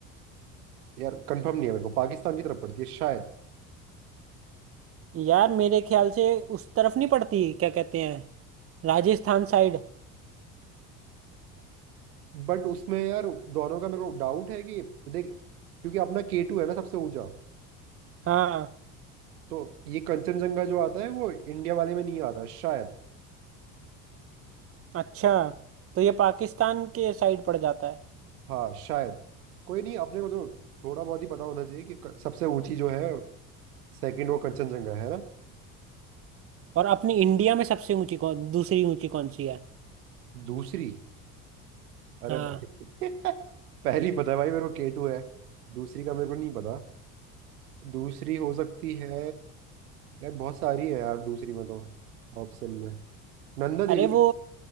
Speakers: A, on the right; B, on the right.
A: यार कंफर्म नहीं है मेरे को पाकिस्तान की तरफ पड़ती है शायद
B: यार मेरे ख्याल से उस तरफ नहीं पड़ती क्या कहते हैं राजस्थान साइड
A: बट उसमें यार दोनों का मेरे को डाउट है कि देख क्योंकि अपना के टू है ना सबसे ऊंचा
B: हाँ
A: तो ये कंचनजंगा जो आता है वो इंडिया वाले में नहीं आता शायद
B: अच्छा तो ये पाकिस्तान के साइड पड़ जाता है
A: हाँ शायद कोई नहीं अपने को तो थोड़ा बहुत ही पता होना चाहिए कि क- सबसे ऊंची जो है सेकंड वो कंचनजंगा है ना
B: और अपनी इंडिया में सबसे ऊंची कौन दूसरी ऊंची कौन सी है
A: दूसरी अरे
B: हाँ
A: भाई <laughs> पहली पता है भाई मेरे को के टू है दूसरी का मेरे को नहीं पता दूसरी हो सकती है यार बहुत सारी है यार दूसरी में तो ऑप्शन में नंदा देवी
B: अरे वो